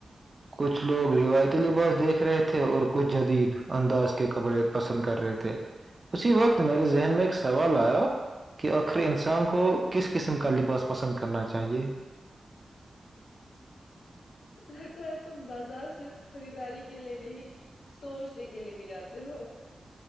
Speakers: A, on the right; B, on the left.
A: کچھ لوگ رویتی لباس دیکھ رہے تھے اور کچھ جدید انداز کے کپڑے پسند کر رہے تھے اسی وقت میرے ذہن میں ایک سوال آیا کہ اب پھر انسان کو کس قسم کا لباس پسند کرنا چاہیے
B: لگتا ہے تم بازار صرف خریداری کے لیے نہیں سوچنے کے لیے بھی جاتے ہو